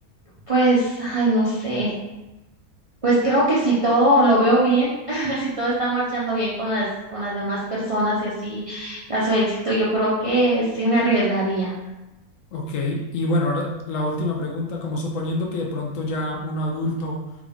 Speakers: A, on the right; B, on the left.
A: pues, ay, no sé. Pues creo que si todo lo veo bien, <laughs> si todo está marchando bien con las, con las demás personas y así, caso de éxito, yo creo que sí me arriesgaría.
B: Ok, y bueno, ahora la última pregunta, como suponiendo que de pronto ya un adulto